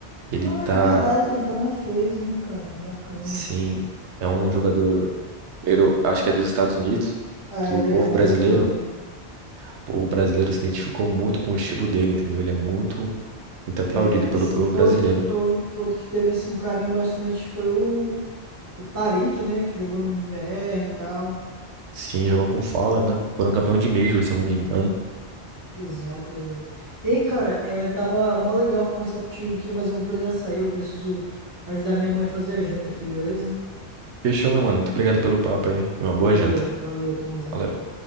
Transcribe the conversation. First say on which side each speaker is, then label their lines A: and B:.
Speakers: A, on the right; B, on the right.
A: Ele
B: Ah,
A: tá,
B: é verdade, ele tá na FaZe, né, cara? Bacana.
A: sim, é um jogador, euro- acho que é dos Estados Unidos,
B: Ah,
A: que
B: ele
A: o povo
B: é americano.
A: brasileiro, o povo brasileiro se identificou muito com o estilo dele, entendeu? Ele é muito, muito aplaudido
B: É,
A: pelo
B: sim.
A: povo
B: Outro
A: brasileiro.
B: que, houve- outro que teve, assim, um carinho bastante foi o, o Tarik, né? Que jogou no BR e tal.
A: Sim, jogou com Fala, né? Foram campeão de Major, se eu não me engano.
B: Exato, exato. Ei, cara, é, tava mó legal conversar contigo aqui, mas eu vou precisar sair. Eu preciso ajudar minha mãe a fazer a janta aqui, beleza?
A: Fechou, meu mano. Muito obrigado pelo papo aí. Uma
B: Valeu,
A: boa janta.
B: valeu, tamo junto.
A: Valeu.